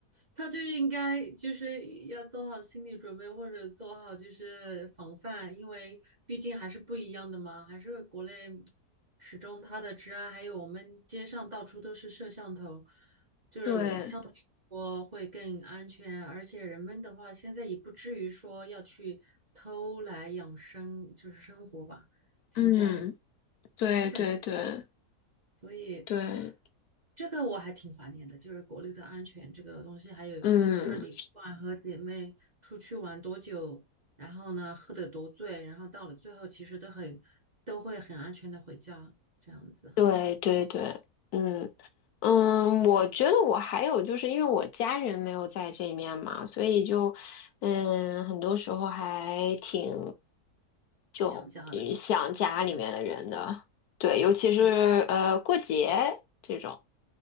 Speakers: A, on the right; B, on the left.
A: 他就应该就是要做好心理准备，或者做好就是防范，因为毕竟还是不一样的嘛，还是国内始终它的治安，还有我们街上到处都是摄像头，就是相对来说会更安全，
B: 对，
A: 而且人们的话现在也不至于说要去偷来养生，就是生活吧，现在。
B: 嗯，对对对
A: 基本上。所以
B: 对，
A: 这个我还挺怀念的，就是国内的安全这个东西，还有就是你不管和姐妹出去玩多久，
B: 嗯，
A: 然后呢喝得多醉，然后到了最后其实都很都会很安全的回家，这样子
B: 对对对，嗯嗯，我觉得我还有就是因为我家人没有在这面嘛，所以就嗯，很多时候还挺就嗯想家里面的人的，
A: 想家的，
B: 对，尤其是呃过节这种，
A: 嗯